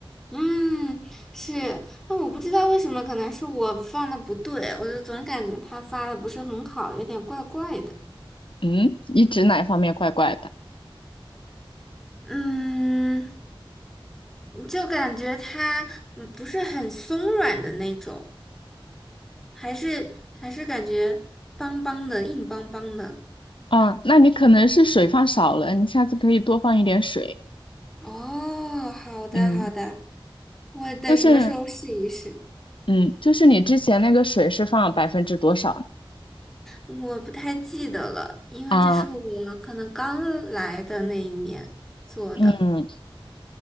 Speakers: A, in the centre; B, on the left.
A: 嗯，是，但我不知道为什么，可能是我放的不对，我就总感觉他发的不是很好，有点怪怪的。
B: 嗯，你指哪方面怪怪的？
A: 嗯，就感觉它嗯不是很松软的那种，还是还是感觉邦邦的，硬邦邦的。
B: 啊，那你可能是水放少了，你下次可以多放一点水。
A: 哦，好的好的，
B: 嗯，
A: 我等什么时候试一试。
B: 就是嗯，就是你之前那个水是放百分之多少
A: 我不太记得了，因为这是我可能刚来的那一年做的。
B: 啊？嗯，